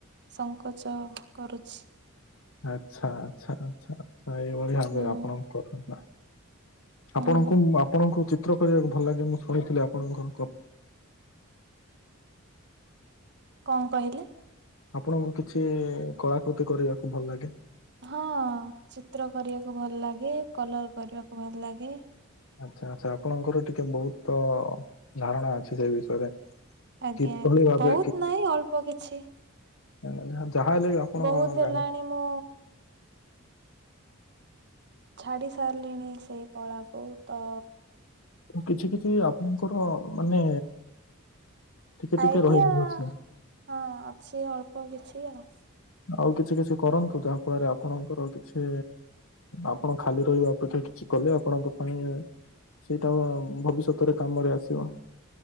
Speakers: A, on the right; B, on the left.
A: ସଙ୍କୋଚ କରୁଛି।
B: ଆଚ୍ଛା ଆଚ୍ଛା ଆଚ୍ଛା ଆଚ୍ଛା ଏଇଭଳି ହୁଏ
A: ହୁଁ
B: ଆପଣଙ୍କୁ କରୁନା
A: ହୁଁ
B: ଆପଣଙ୍କୁ ମୁଁ ଆପଣଙ୍କୁ ଚି ସ୍ତ୍ର କରିବାକୁ ଭଲ ଲାଗେ ମୁଁ ଶୁଣିଥିଲି ଆପଣଙ୍କ କ
A: କଣ କହିଲେ?
B: ଆପଣଙ୍କୁ କିଛି କଳାକୃତି କରିବାକୁ ଭଲ ଲାଗେ?
A: ହଁ ଚିତ୍ର କରିବାକୁ ଭଲ ଲାଗେ କଲର କରିବାକୁ ଭଲ ଲାଗେ।
B: ଆଚ୍ଛା ଆଚ୍ଛା ଆପଣଙ୍କର ଟିକେ ବହୁତ ଧାରଣା ଅଛି ସେଇ ବିଷୟରେ।
A: ଆଜ୍ଞା
B: କିଭଳି
A: ଆଜ୍ଞା
B: ଭାବେ
A: ବହୁତ ନାହିଁ ଅଳ୍ପ କିଛି।
B: ଏଁ ଯାହା ହେଲେ ବି ଆପଣ
A: ବହୁତ ହେଲାଣି
B: ଜାଣିବ
A: ମୁଁ ଛାଡି ସାରିଲିଣି ସେଇ କଳା କୁ ତ
B: କିଛି କିଛି ଆପଣଙ୍କର ମାନେ ଟିକେ
A: ଆଇଡିଆ
B: ଟିକେ ରହିବ
A: ହଁ ଅଛି ଅଳ୍ପ କିଛି ଆଉ।
B: ଆଉ କିଛି କିଛି କରନ୍ତୁ ଯାହା ଫଳରେ ଆପଣଙ୍କର କିଛି ଆପଣ ଖାଲି ରହିବା ଅପେକ୍ଷା କିଛି କଲେ ଆପଣଙ୍କ ପାଇଁ ସେଇଟା ଭବିଷ୍ୟତରେ କାମରେ ଆସିବ।